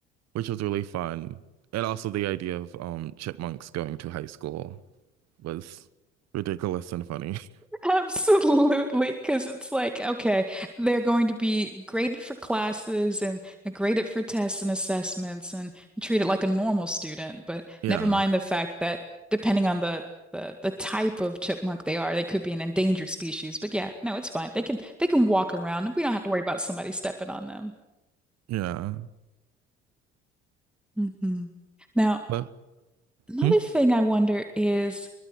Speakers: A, on the right; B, in the centre.
A: which was really fun. And also the idea of um chipmunks going to high school was ridiculous and funny. <laughs>
B: Absolutely, because it's like, okay, they're going to be graded for classes and uh, graded for tests and assessments and treated like a normal student. But
A: Yeah,
B: never mind the fact that depending on the, the the type of chipmunk they are, they could be an endangered species. But yeah, no, it's fine. They can they can walk around. We don't have to worry about somebody stepping on them.
A: yeah,
B: hmm Now,
A: but
B: Another
A: hmm?
B: thing I wonder is,